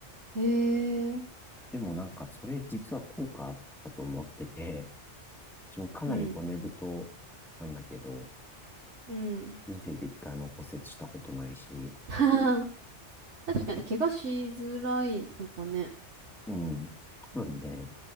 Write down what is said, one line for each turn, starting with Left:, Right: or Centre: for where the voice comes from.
Right: へえ。
Centre: でもなんか、それ実は効果あったと思ってて、一応かなり骨太なんだけど、
Right: うん。うん。
Centre: 人生で一回も骨折したことないし、
Right: <laughs> 確かに怪我しづらいのかね。
Centre: あうん。多分ね、